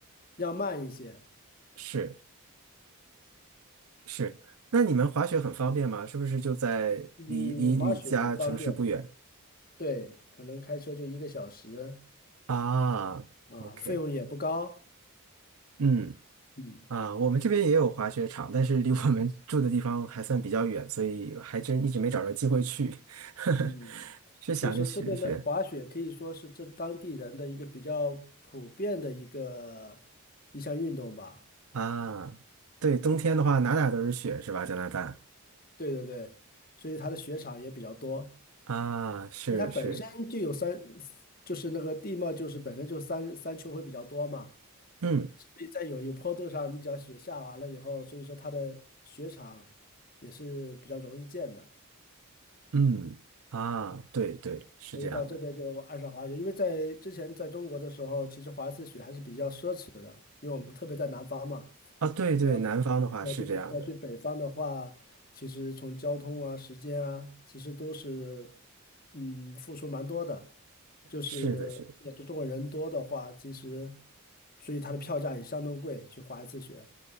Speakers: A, on the left (about 40°); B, on the right (about 75°).
A: 要慢一些。
B: 是是，那你们滑雪很方便吗？是不是就在离离你家城市不远
A: 嗯，滑雪很方便，对，可能开车就一个小时
B: 啊？OK，
A: 啊，费用也不高。
B: 嗯
A: 嗯
B: 啊，我们这边也有滑雪场，但是离我们 <laughs> 住的地方还算比较远，所以还真一直没找着机会去，
A: 嗯，
B: <laughs> 是想着学一学
A: 所以说这边的滑雪可以说是这当地人的一个比较普遍的一个一项运动吧。
B: 啊。对，冬天的话哪哪都是雪是吧？加拿大。
A: 对对对，所以它的雪场也比较多，
B: 啊，是是，
A: 因为它本身就有山，就是那个地貌就是本身就山山丘会比较多嘛，
B: 嗯
A: 所以在有一坡度上，你只要雪下完了以后，所以说它的雪场也是比较容易建的。
B: 嗯，啊，对对，是这样的，
A: 所以到这边就爱上滑雪。因为在之前在中国的时候，其实滑一次雪还是比较奢侈的，因为我们特别在南方嘛，
B: 啊，对对，
A: 你要
B: 南方的话是这样的，
A: 要去北要去北方的话，其实从交通啊、时间啊，其实都是嗯付出蛮多的。就是也中国人多的话，
B: 是的，是的，
A: 其实所以它的票价也相当贵，去滑一次雪。